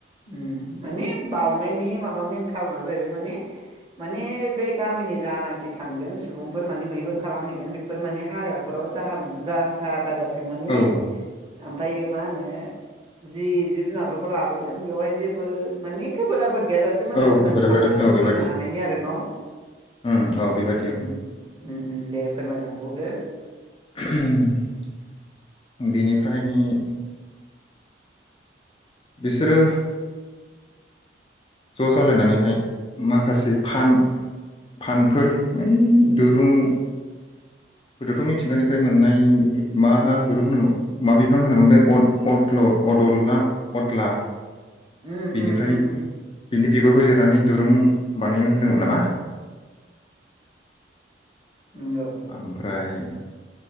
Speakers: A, on the right; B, on the left.
A: ओम माने बावनायनि माबा मेन खारना जाहैबाय माने माने बे गाम जानाखि थांदों सुबुंफोर माने मैहुर खालामहैगोन बेफोर माने हाग्राफोराव जाहा जाहा थाहा दा जाथों। थों माने
B: औ
A: ओमफ्रायो मा होनो जि जिब जुनारफोरखौ लाबोगोन बेवहाय जेबो मानि खैफोद आफोद गैयाजासे मोजाङै
B: औ
A: मोजां
B: खैफोद आफोद
A: थांनानै
B: औ बेबादि
A: फैनो हानायनि आरो न'।
B: उम औ बेबादि औ
A: ओम ओम ओम दे फोरमायलांबावदो।
B: <unintelligible> बेनिफ्राय बिसोरो ज' जालायनानैहाय माखासे फान फानफोर <unintelligible> दुरुं गोदोथ' मिथिंगानिफ्राय मोननाय मा दुरुं होनोमोन मा बिफां होनोमोन बे अ-अदल' अदल ना अदला
A: उम
B: बिनिफ्राय
A: उम उम
B: बिनि बिगुरखौ जिर नानै दुरुं बानायो होनदोंमोन नामा।
A: नंगौ
B: ओमफ्राय